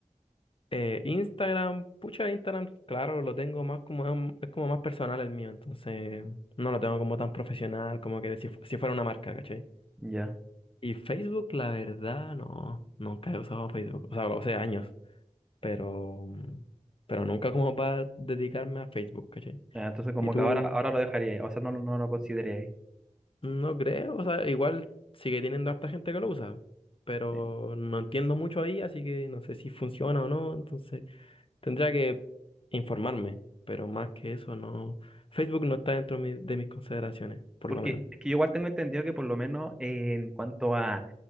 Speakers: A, on the left (about 45°); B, in the centre.
A: eh, Instagram, pucha, Instagram, claro, lo tengo más como. am- Es como más personal el mío, entonces no lo tengo como tan profesional, como que si, fu- si fuera una marca, ¿cachai?
B: ya.
A: Y Facebook, la verdad, no. Nunca he usado Facebook. O sea, lo usé años, pero. Pero nunca como para dedicarme a Facebook, ¿cachai?
B: Ya, entonces como
A: ¿Y tú?
B: que ahora, ahora lo dejaría ahí, o sea, no, lo- no lo consideraría ahí.
A: No creo, o sea, igual sigue teniendo harta gente que lo usa, pero
B: Eh,
A: no entiendo mucho ahí, así que no sé si funciona o no, entonces tendría que informarme, pero más que eso no. Facebook no está dentro de mis, de mis consideraciones, por
B: Porque
A: lo menos.
B: es que yo igual tengo entendido que por lo menos en cuanto a